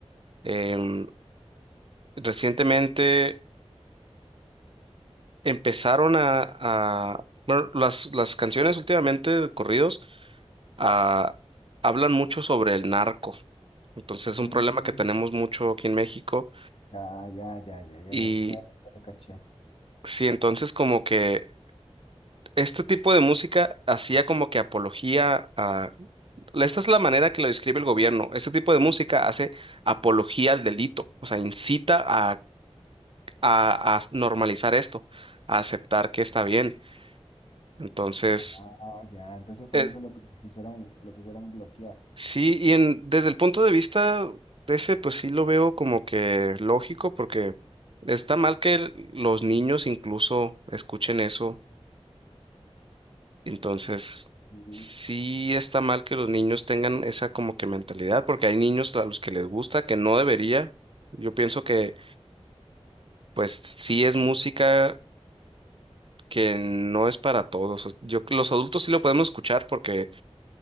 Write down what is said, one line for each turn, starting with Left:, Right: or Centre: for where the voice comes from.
Right: em, recientemente empezaron a, a- bueno, las, las canciones últimamente, corridos, ah, hablan mucho sobre el narco. Entonces es
Left: Mm,
Right: un problema que tenemos mucho aquí en México.
Left: ya, ya, ya, ya, ya,
Right: Y
Left: la- ya, lo caché.
Right: sí, entonces como que este tipo de música hacía como que apología a... Esta es la manera que lo describe el gobierno. Este tipo de música hace apología al delito, o sea, incita a, a, a normalizar esto, a aceptar que está bien. Entonces...
Left: Ah, ya, entonces por
Right: eh,
Left: eso lo que quisieron, lo quisieron bloquear.
Right: Sí, y en, desde el punto de vista de ese, pues sí lo veo como que lógico, porque está mal que el- los niños incluso escuchen eso. Entonces,
Left: Sí.
Right: sí está mal que los niños tengan esa como que mentalidad, porque hay niños a los que les gusta, que no debería. Yo pienso que, pues sí es música que no es para todos. O- Yo, los adultos sí lo podemos escuchar porque